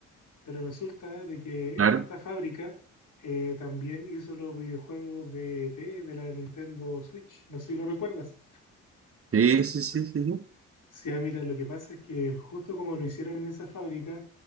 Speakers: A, on the left; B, on the right.
A: Pero resulta de que
B: Claro.
A: esta fábrica eh, también hizo los videojuegos de ET de la Nintendo Switch. No sé si lo recuerdas.
B: Sí, sí, sí, sí. sí.
A: Sí, ah, mira, lo que pasa es que justo como lo hicieron en esa fábrica,